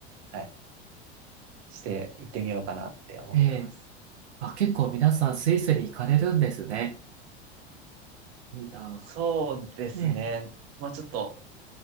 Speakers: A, on the right; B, on the right.
A: はい、して行ってみようかなって思ってます。
B: ええ。あ、結構皆さんスイスに行かれるんですね。いいな
A: そうですね。
B: ぁ。ねえ。
A: まあちょっと、